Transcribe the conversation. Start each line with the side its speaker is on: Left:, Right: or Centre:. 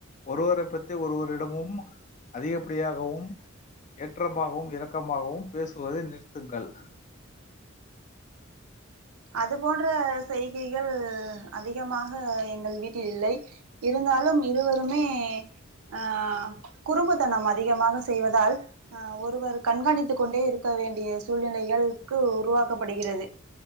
Left: ஒருவரை பத்தி ஒருவரிடமும் அதிகப்படியாகவும் ஏற்றமாகவும் இறக்கமாகவும் பேசுவதை நிறுத்துங்கள்
Right: அது போன்ற செய்கைகள் அதிகமாக எங்கள் வீட்டில் இல்லை இருந்தாலும் இருவருமே ஆ குறும்புத்தனம் அதிகமாக செய்வதால் ஆ ஒருவர் கண்காணித்து கொண்டே இருக்க வேண்டிய சூழ்நிலைகள்கு உருவாக்கப்படுகிறது